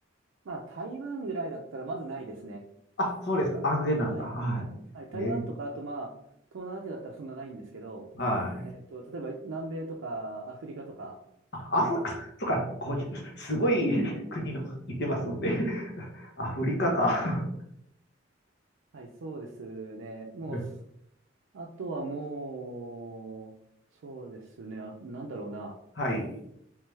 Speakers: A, on the right; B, on the left.
A: まあ、台湾ぐらいだったら、まずないですね。
B: あ、そうですか。安全なんだ。
A: あ、はい。
B: はい。
A: はい、台湾とか、
B: え
A: あとまあ、東南アジアだったらそんなないんですけど、
B: はい。
A: えっと、例えば南米とかアフリカとか、
B: あ、アフ、あそっか、こじ、すごい <laughs> 国の言ってますので <laughs> アフリカか
A: はい、そうですね。もう、
B: <laughs>
A: すあとはもう、そうですね。あ、なんだろうな。
B: はい。